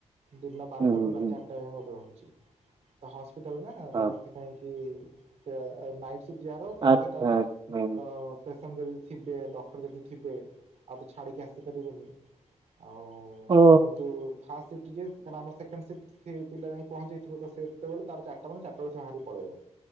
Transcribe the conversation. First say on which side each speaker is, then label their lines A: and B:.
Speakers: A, on the right (about 75°); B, on the right (about 40°).
A: ଦିନ ବାରଟା
B: ହୁଁ
A: ରୁ ରାତି
B: ହୁଁ ହୁଁ
A: ଆଠଟା ଯାଏଁ ଗୋଟେ ରହୁଛି। ହସ୍ପିଟାଲ ନା
B: ହଁ
A: ତ ସେଥିପାଇଁ କି ଏ ନାଇଟ୍ ଯାହାର ତ
B: ଆଚ୍ଛା
A: ସେଇଟା
B: ଆଚ୍ଛା
A: ତ ପେସେଣ୍ଟ ଯଦି ଥିବେ ଡକ୍ଟର ଯଦି ଥିବେ ଆଉ ତ ଛାଡ଼ିକି ଆସିପାରିବେନି ଆଉ
B: ଓ
A: କିନ୍ତୁ ଫାଷ୍ଟ ସିଫ୍ଟ <unintelligible> ଆମେ ସେକେଣ୍ଡ ସିଫ୍ଟ। ସେ ପିଲା ଯାଇଁ ପହଞ୍ଚିଯାଇଥିବ ତ ସେତେବେଳେ ତାର ଚାରିଟା ମାନେ ଚାରି ଟା ବେଳେ ସେ ବାହାରି ପଳେଇବ।